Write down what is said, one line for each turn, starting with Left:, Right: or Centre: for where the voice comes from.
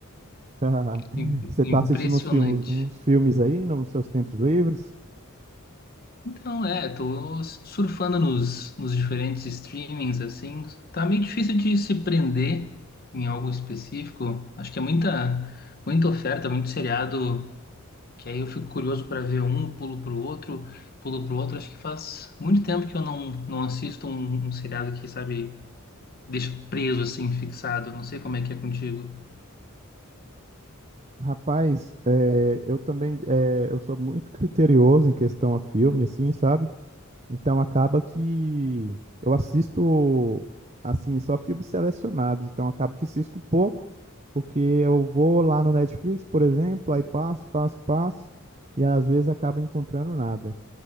Right: <laughs>
Left: <laughs> Im-
Right: Você
Left: Impressionante.
Right: tá assistindo uns filmes, uns filmes aí nos seus tempos livres?
Left: Então, é, tô surfando nos, nos diferentes streamings, assim. Tá meio difícil de se prender em algo específico. Acho que é muita, muita oferta, muito seriado Que aí eu fico curioso para ver um, pulo pro outro, pulo pro outro. Acho que faz muito tempo que eu não, não assisto um, um seriado que, sabe, deixa preso assim, fixado. Não sei como é que é contigo.
Right: Rapaz, é, eu também é, eu sou muito criterioso em questão a filme, assim, sabe? Então acaba que eu assisto assim só filmes selecionados, então acaba que assisto pouco, porque eu vou lá no Netflix, por exemplo, aí passo, passo, passo, e às vezes acabo encontrando nada.